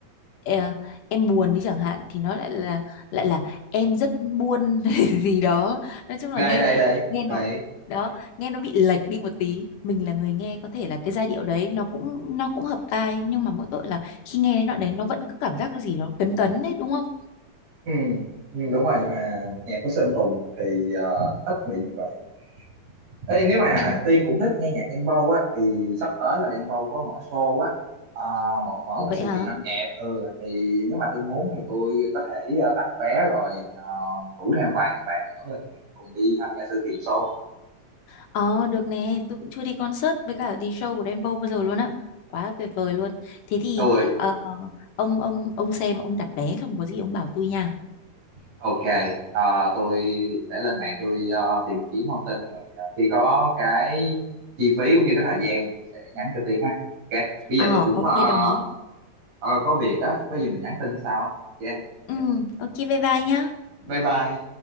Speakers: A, on the left; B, on the right.
A: ờ, em buồn đi chẳng hạn thì nó lại là lại là em rất buồn <laughs> gì đó nói chung là
B: đây
A: nghe
B: đây đây
A: nghe nó
B: đây
A: đó nghe nó bị lệch đi một tí mình là người nghe có thể là cái giai điệu đấy nó cũng nó cũng hợp tai nhưng mà mỗi tội là khi nghe đến đoạn đấy nó vẫn cứ cảm giác cái gì đó cấn cấn đấy đúng không
B: ừ. nhưng đúng rồi nhưng mà nhạc của Sơn Tùng thì ờ, ít bị như vậy Ê, nếu mà
A: ừ.
B: Tiên cũng thích nghe nhạc Đen Vâu á thì sắp tới là Đen Vâu có mở show á à, mở, mở
A: Ủa
B: một cái
A: vậy
B: sự
A: hả
B: kiện âm nhạc ừ thì nếu mà Tiên muốn thì tôi có thể ờ, đặt vé rồi ờ, rủ thêm vài người bạn nữa rồi tụi mình cùng đi tham gia sự kiện show
A: ờ được nè tôi cũng chưa đi concert với cả đi show của Đen Vâu bao giờ luôn á quá là tuyệt vời luôn thế thì
B: tôi
A: ờ, ông ông ông xem ông đặt vé xong có gì ông bảo tôi nha
B: ok ờ, tôi sẽ lên mạng tôi ờ, tìm kiếm thông tin rồi ờ, khi có cái chi phí cũng như cái thời gian thì tôi sẽ nhắn cho Tiên ha ok bây giờ
A: ờ
B: tôi cũng
A: ok
B: ờ,
A: đồng ý
B: ờ, có việc á có gì mình nhắn tin sau ok
A: Ừ, ok bye bye nhá.
B: bye bye